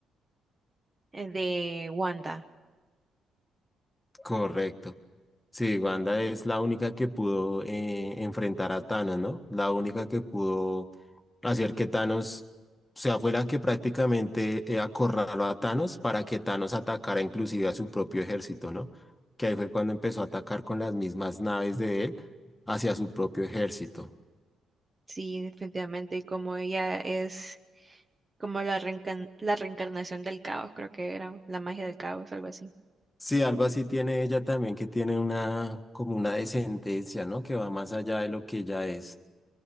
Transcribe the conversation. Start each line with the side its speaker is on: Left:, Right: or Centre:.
Right: Eh, de Wanda.
Left: Correcto. Sí, Wanda es la única que pudo eh, enfrentar a Thanos, ¿no? La única que pudo hacer que Thanos, o sea, fue la que prácticamente eh, acorraló a Thanos para que Thanos atacara inclusive a su propio ejército, ¿no? Que ahí fue cuando empezó a atacar con las mismas naves de él hacia su propio ejército.
Right: Sí, definitivamente. Y como ella es como la reencan- la reencarnación del caos, creo que era la magia del caos, algo así.
Left: Sí, algo así tiene ella también, que tiene una, como una descendencia, ¿no? Que va más allá de lo que ella es.